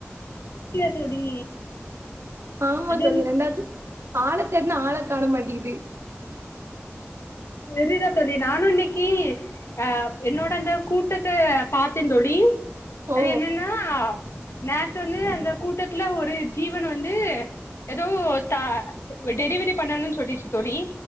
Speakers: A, on the left (about 80°); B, on the right (about 90°).
A: டியா தோழி
B: ஆமா
A: அது
B: தோழி ரெண்டாது ஆள தேடுனா ஆள காண மாட்டீகிது
A: செரிடா தோழி நானு இன்னைக்கி அ என்னோட அந்த கூட்டத்த பாத்தேன் தோழி
B: ஓ
A: அது என்னனா நேத்து வந்து அந்த கூட்டத்துல ஒரு ஜீவன் வந்து எதோ தா டெலிவரி பண்ணணுனு சொல்லிச்சு தோழி